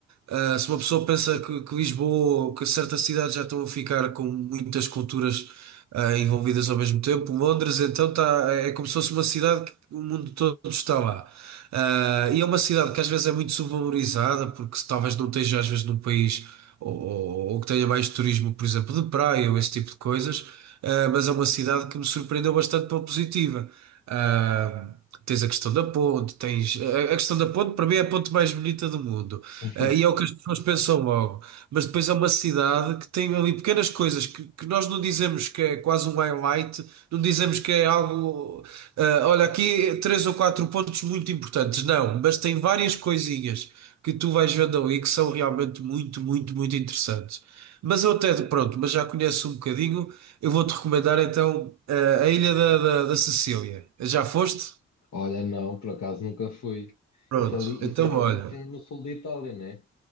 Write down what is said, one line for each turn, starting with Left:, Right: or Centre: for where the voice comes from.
Right: Uh, se uma pessoa pensa que, que Lisboa ou que certas cidades já estão a ficar com muitas culturas uh, envolvidas ao mesmo tempo, Londres então tá, é é como se fosse uma cidade que o mundo todo está lá. Uh, e é uma cidade que às vezes é muito subvalorizada, porque se talvez não esteja às vezes num país ou, ou- ou que tenha mais turismo, por exemplo, de praia ou esse tipo de coisas, uh, mas é uma cidade que me surpreendeu bastante pela positiva. Uh, tens a questão da ponte, tens... A a questão da ponte para mim é a ponte mais bonita do mundo.
Left: <laughs>
Right: Ah, E é o que as pessoas pensam logo. Mas depois é uma cidade que tem ali pequenas coisas que, que nós não dizemos que é quase um highlight, não dizemos que é algo. ah, olha, aqui três ou quatro pontos muito importantes. Não, mas tem várias coisinhas que tu vais vendo ali que são realmente muito, muito, muito interessantes. Mas eu até, pronto, mas já conheço um bocadinho, eu vou-te recomendar então ah, a Ilha da, da, da Sicília. Já foste?
Left: Olha, não, por acaso nunca fui.
Right: Pronto,
Left: Isso ali,
Right: então
Left: isso é,
Right: olha.
Left: é, isso é no sul da Itália, né?